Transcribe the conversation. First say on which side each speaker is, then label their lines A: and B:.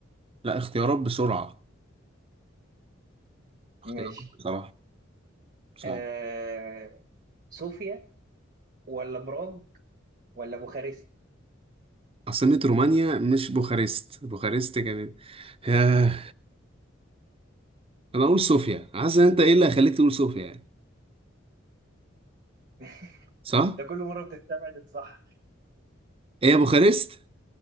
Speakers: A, on the right (about 30°); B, on the right (about 45°).
A: لا اختيارات بسرعة اختيارات
B: ماشي
A: بصراحة صعب
B: آه... صوفيا ولا براغ ولا بوخارست
A: عاصمة رومانيا مش بوخارست بوخارست كانت ياه. أنا أقول صوفيا عايز أنت إيه اللي هيخليك تقول صوفيا يعني
B: <laughs>
A: صح؟
B: انت كل مره بتستبعد الصح
A: هي بوخارست؟